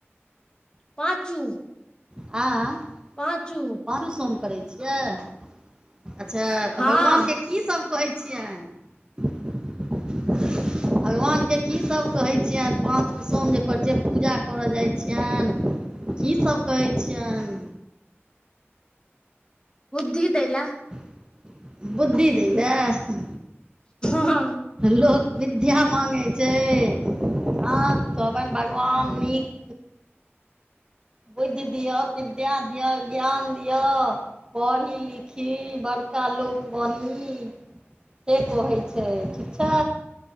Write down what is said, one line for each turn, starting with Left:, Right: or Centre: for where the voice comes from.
Left: पाँचू
Right: आँ
Left: पाँचू
Right: पाँचू सोम करै छियै अच्छा
Left: हँ
Right: तऽ भगवानके की सब कहै छियैन <unintelligible> भगवान के की सब कहै छियनि पाँचू सोम जे करै छि पूजा करै जाइ छियनि। की सब कहै छियनि?
Left: बुद्धि दै लए।
Right: <unintelligible> बुद्धि दै लए।
Left: हँ
Right: लोक विद्या मांगै छै आ कहबनि भगवान नीक बुद्धि दिअ, विद्या दिअ, ज्ञान दिअ पढ़ी लिखी बड़का लोक बनी। से कहै छै ठीक छै।